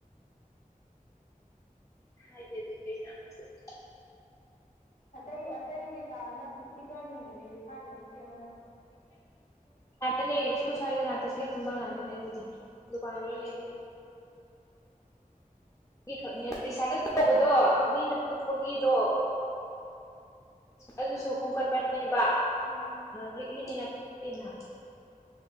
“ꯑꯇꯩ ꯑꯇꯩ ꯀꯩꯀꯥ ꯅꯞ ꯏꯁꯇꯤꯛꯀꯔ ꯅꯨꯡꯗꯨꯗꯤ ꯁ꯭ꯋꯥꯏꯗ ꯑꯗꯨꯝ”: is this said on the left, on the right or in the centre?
Left